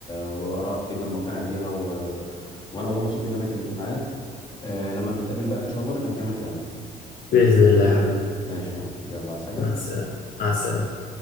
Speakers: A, on the left; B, on the left.
A: وارائك جدا بقتنع بيها و... وانا والله مبسوط جدا ان انا اتكلمت معاك آه لما نتقابل بقى ان شاء الله نبقى نكمل كلامنا
B: باذن الله يا حبيبي
A: ماشي يا معلم يلا عايز حاجة
B: مع السلامه مع السلامه